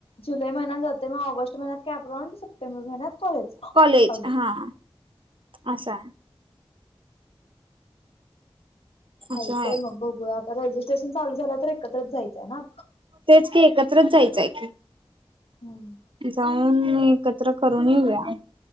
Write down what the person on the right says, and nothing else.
कॉलेज
हा असं आहे
असं आहे
तेच की एकत्रच जायचंय.
जाऊन एकत्र करून येऊया